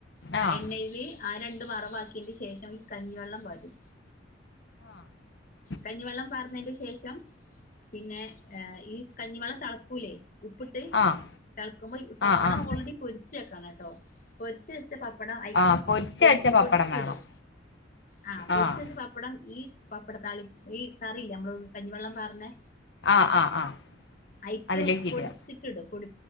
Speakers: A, on the left; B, on the left.
A: ആ
B: ആഹ്
A: എണ്ണയില് ആ രണ്ട് വറവാക്കിയന്റെ ശേഷം ഈ കഞ്ഞിവെള്ളം പാ രും
B: ആഹ്
A: കഞ്ഞിവെള്ളം പാർന്നതിന്റെ ശേഷം പിന്നെ ഈ കഞ്ഞിവള തളക്കൂലേ ഉപ്പിട്ട
B: ആഹ്
A: തിളക്കുമ്പോ പപ്പടം
B: ആഹ് ആഹ്
A: ഓൾറെഡി പൊരിച്ച് വെക്കണം കേട്ടോ പൊരി ച്ച് ച്ച പപ്പടം അയിക്ക്
B: ആഹ് പൊരിച്ച്
A: പൊടിച്ച്
B: വെച്ച പപ്പടം
A: പൊടിച്ച
B: വേണം
A: ഇടും ആ പൊരിച്ച്
B: ആഹ്
A: വെച്ച പപ്പടം ഈ പപ്പടത്താളി ഈ കറിയില്ലേ നമ്മള് കഞ്ഞിവെള്ളം പർന്നേ
B: ആഹ് ആഹ് ആഹ്
A: അയി ക്ക്
B: അതിലേക്ക്
A: പൊടി
B: ഇടുക
A: ച്ചിട്ടിടും പൊടി